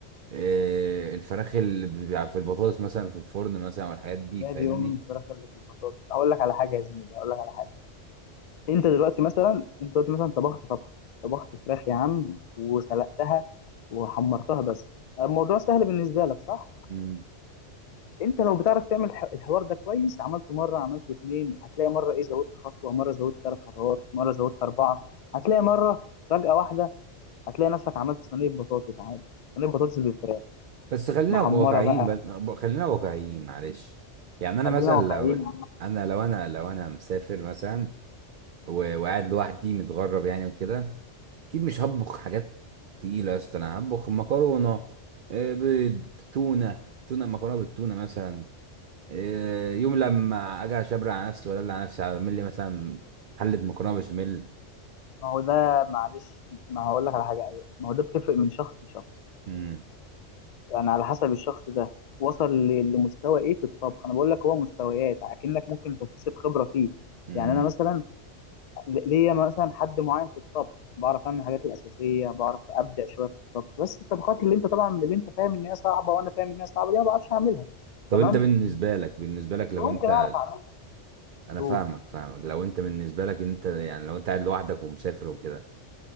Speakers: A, on the right; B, on the left.
A: آه، الفراخ اللي بيبقى في البطاطس مثلا في الفرن مثلا والحاجات دي
B: نادي
A: فاهمني
B: ام الفراخ اللي في البطاطس هقول لك على حاجه يا زميلي هقول لك على حاجه انت دلوقتي مثلا انت دلوقتي مثلا طبخت طبخ طبخت فراخ يا عم وسلقتها وحمرتها بس الموضوع سهل بالنسبه لك صح
A: امم
B: انت لو بتعرف تعمل الح- الحوار ده كويس عملته مره عملته اتنين هتلاقي مره ايه زودت خطوه مره زودت ثلاث خطوات مره زودت اربعه هتلاقي مره فجاه واحده هتلاقي نفسك عملت صينيه بطاطس عادي صينيه بطاطس بالفراخ
A: بس خلينا
B: محمره
A: واقعيين
B: بقى
A: بقى- خلينا واقعيين معلش يعني انا
B: خلينا
A: مثلا
B: واقعيين
A: لو انا لو انا لو انا مسافر مثلا و- وقاعد لوحدي متغرب يعني وكده اكيد مش هطبخ حاجات تقيله يا اسطى انا هطبخ مكرونه آه، بيض تونه تونه مكرونه بالتونه مثلا آه، يوم لما اجي اشبر على نفسي ولا على نفسي اعمل لي مثلا حله مكرونه بشاميل
B: ما هو ده معلش ما هقول لك على حاجه أيوة. ما هو ده بتفرق من شخص لشخص
A: مم،
B: يعني على حسب الشخص ده وصل ل- لمستوى ايه في الطبخ انا بقول لك هو مستويات اكنك ممكن تكتسب خبره فيه
A: مم.
B: يعني انا مثلا ل- ليا مثلا حد معين في الطبخ بعرف اعمل الحاجات الاساسيه بعرف ابدع شويه في الطبخ بس الطبخات اللي انت طبعا اللي انت فاهم ان هي صعبه وانا فاهم ان هي صعبه دي ما بعرفش اعملها
A: طب
B: تمام
A: انت بالنسبه لك بالنسبه لك لو
B: ممكن
A: انت
B: اعرف اعملها
A: انا
B: دول
A: فاهمك فاهمك لو انت بالنسبه لك انت يعني لو انت قاعد لوحدك ومسافر وكده